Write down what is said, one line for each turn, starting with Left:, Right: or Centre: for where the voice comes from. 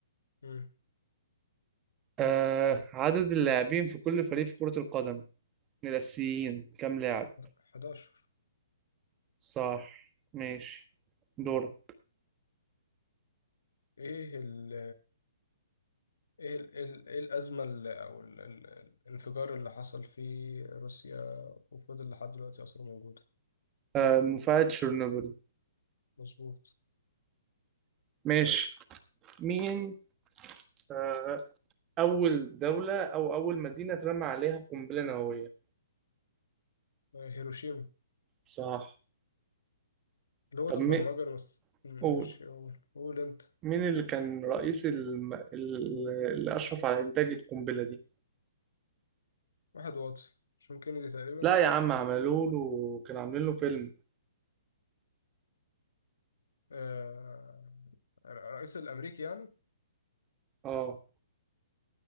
Left: امم
Right: آه عدد اللاعبين في كل فريق في كرة القدم الأساسيين كام لاعب
Left: 11
Right: صح ماشي دور
Left: ايه ال ايه ال ايه ال- إيه الأزمة اللي او ال- ال- الانفجار اللي حصل في روسيا وفضل لحد دلوقتي أصلا موجودة
Right: آه مفاعل تشيرنوبل
Left: مظبوط
Right: ماشي مين آه أول دولة أو أول مدينة اترمى عليها قنبلة نووية
Left: آه، هيروشيما
Right: صح
Left: لغة
Right: طب مين
Left: البرمجة المس... ماشي
Right: قول
Left: قول قول انت
Right: مين اللي كان رئيس الم... ال- اللي أشرف على إنتاج القنبلة دي
Left: واحد واطي جون كينيدي تقريبا
Right: لا يا عم عملوا له كانوا عاملين له فيلم
Left: آه... الرئيس الأمريكي يعني
Right: اه